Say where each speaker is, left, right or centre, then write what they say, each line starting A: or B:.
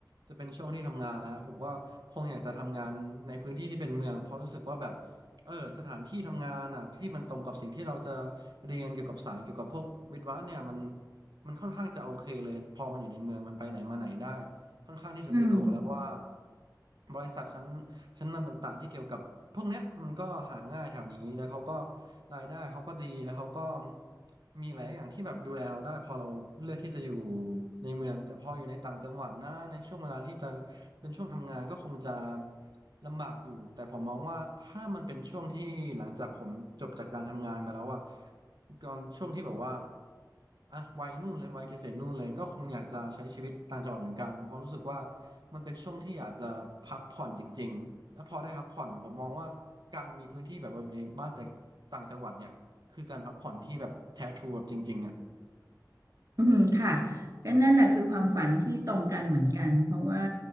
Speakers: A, on the right; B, on the right.
A: จะเป็นช่วงที่ทำงานแล้วผมก็คงอยากจะทำงานในพื้นที่ที่เป็นเมืองเพราะรู้สึกว่าแบบเออสถานที่ทำงานอ่ะที่มันตรงกับสิ่งที่เราจะเรียนเกี่ยวกับสายเกี่ยวกับพวกวิศวะเนี่ยมันมันค่อนข้างจะโอเคเลยพอมันอยู่ในเมืองมันไปไหนมาไหนได้ค่อนข้างที่จะสะดวกแล้วเพราะว่า
B: อืม
A: บริษัทชั้น ชั้นนำต่างๆที่เกี่ยวกับพวกเนี้ยมันก็หาง่ายแถวนี้แล้วเขาก็รายได้เขาก็ดีแล้วเขาก็มีหลายอย่างที่แบบดูแลเราได้พอเราเลือกที่จะอยู่ในเมืองแต่พออยู่ในต่างจังหวัดนะในช่วงเวลาที่จะเป็นช่วงทำงานก็คงจะ ลำบากอยู่แต่ผมมองว่าถ้ามันเป็นช่วงที่หลังจากผมจบจากการทำงานไปแล้วอะก่อนช่วงที่แบบว่าอ่ะวัยนู่นเลยวัยเกษียณนู่นเลยก็คงอยากจะใช้ชีวิตต่างจังหวัดเหมือนกันเพราะรู้สึกว่ามันเป็นช่วงที่อยากจะพักผ่อนจริงๆแล้วพอได้พักผ่อนผมมองว่าการมีพื้นที่แบบว่าอยู่ในบ้านแต่ต่างจังหวัดเนี่ยคือการพักผ่อนที่แบบแท้ทรูแบบจริงๆอะ
B: อืมค่ะก็นั่นแหละคือความฝันที่ตรงกันเหมือนกันเพราะว่า